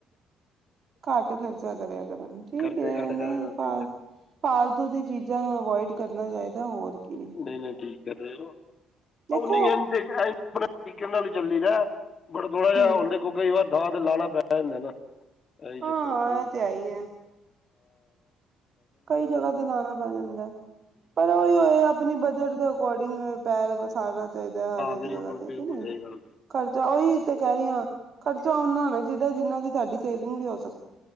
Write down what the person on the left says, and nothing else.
ਖਰਚੇ
ਘੱਟ
ਖਾਇਆ ਕਰ
ਠੀਕ ਹੈ
ਨਹੀਂ <unintelligible>
ਨਾਲ ਈ ਚੱਲੀਦਾ ਅ। ਪਰ ਥੋੜਾ ਜਿਹਾ
ਹੁਣ ਦੇਖੋ ਕਈ ਵਾਰ ਦਾਂ ਤੇ ਲਾਣਾ ਪੈ ਜਾਂਦਾ ਅ ਨਾ। ਇਹੀ ਚੱਕਰ
ਹੋ ਗਿਆ
ਬਿਲਕੁਲ
ਬਿਲਕੁਲ
ਸਹੀ ਗੱਲ